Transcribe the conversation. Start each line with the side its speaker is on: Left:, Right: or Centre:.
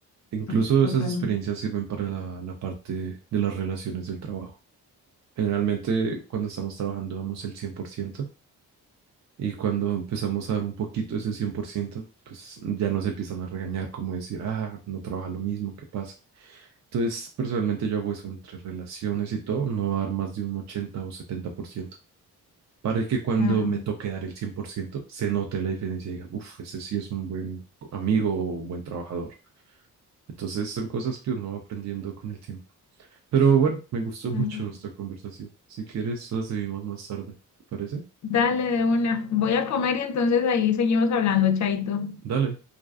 Right: Incluso
Left: Pues, totalmente.
Right: esas experiencias sirven para la, la parte de las relaciones del trabajo. Generalmente, cuando estamos trabajando, damos el cien por ciento Y cuando empezamos a dar un poquito ese 100% pues ya nos empiezan a regañar, como decir, ah, no trabaja lo mismo, ¿qué pasa? Entonces, personalmente yo hago eso entre relaciones y todo, no dar más de un 80 o 70% para que cuando
Left: Ah,
Right: me toque dar el 100% se note la diferencia y digan, uff, ese sí es un buen amigo o un buen trabajador. Entonces, son cosas que uno va aprendiendo con el tiempo. Pero bueno, me gustó
Left: claro.
Right: mucho esta conversación. Si quieres, la seguimos más tarde, ¿te parece?
Left: Dale de una. Voy a comer y entonces ahí seguimos hablando, Chaito.
Right: Dale.